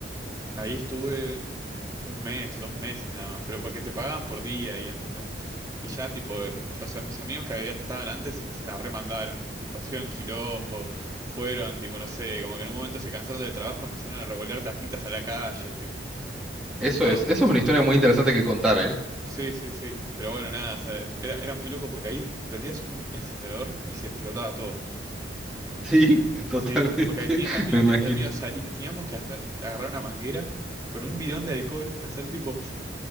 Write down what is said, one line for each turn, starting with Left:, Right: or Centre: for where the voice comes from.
Right: Ahí estuve. un mes, dos meses nada más, pero porque te pagaban por día y ¿entendés? Y ya, tipo, en- o sea, mis amigos que había- estaban antes se la remandaron, tipo, hacían quilombo, fueron, tipo, no sé, como que en un momento se cansaron del trabajo, empezaron a revolear tapitas a la calle, tipo.
Centre: Eso
Right: Todo-
Centre: es, eso es una historia muy interesante que contar, ¿eh?
Right: sí, sí, sí, pero bueno, nada, o sea, era, era muy loco porque ahí prendías un encendedor y se explotaba todo, ¿entendés?
Centre: Sí, <laughs> totalmente,
Right: Sí, porque ahí tenía- amigos,
Centre: me imagino.
Right: te- amigos, salí- teníamos que hacer, agarrar una manguera con un bidón de alcohol, hacer tipo